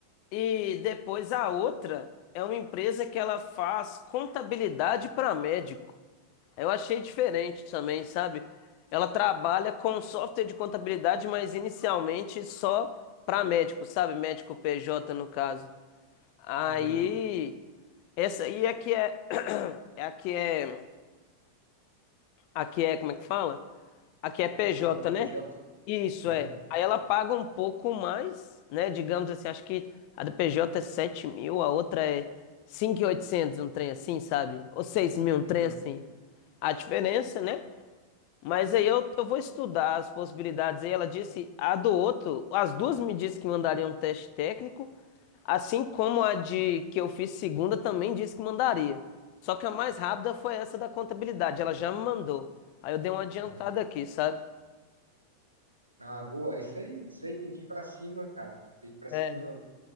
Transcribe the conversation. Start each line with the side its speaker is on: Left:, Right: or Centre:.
Left: E depois a outra é uma empresa que ela faz contabilidade para médico. Eu achei diferente também, sabe? Ela trabalha com software de contabilidade, mas inicialmente só para médico, sabe? Médico PJ no caso. Aí,
Right: Uhum.
Left: essa aí é que é, <clears throat> é a que é. Aqui é, como é que fala? Aqui é
Right: Oportunidade
Left: PJ, né?
Right: PJ.
Left: Isso
Right: Uhum.
Left: é. Aí ela paga um pouco mais, né? Digamos assim, acho que a do PJ é sete mil, a outra é 5.800 um trem assim, sabe? Ou seis mil, um
Right: Uhum.
Left: trem assim. A diferença, né? Mas aí eu, eu vou estudar as possibilidades. Aí ela disse a do outro, as duas me disse que mandaria um teste técnico, assim como a de que eu fiz segunda também disse que mandaria. Só que a mais rápida foi essa da contabilidade, ela já me mandou. Aí eu dei uma adiantada
Right: Uhum.
Left: aqui, sabe?
Right: Ah, boa. é Isso aí, isso aí tem que ir para cima, cara. Tem que ir para
Left: É,
Right: cima, não